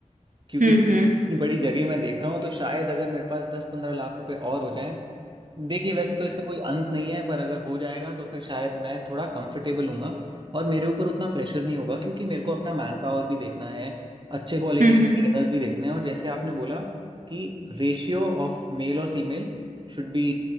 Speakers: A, on the right; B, on the right.
A: क्योंकि
B: हम्म
A: इतनी
B: हम्म
A: बड़ी जगह मैं देख रहा हूँ तो शायद अगर मेरे पास दस पंद्रह लाख रुपए और हो जाए देखिए वैसे तो इसका कोई अंत नहीं है पर अगर हो जाएगा तो फिर शायद मैं थोड़ा कंफर्टेबल हूँगा और मेरे ऊपर उतना प्रेशर नहीं होगा क्योंकि मेरे को अपना मैन पावर भी देखना है अच्छे क्वालिटी
B: हम्म हम्म
A: के
B: हम्म
A: ट्रेनर्स भी देखने हैं और जैसे आपने बोला कि रेशियो ऑफ मेल और फीमेल शुड बी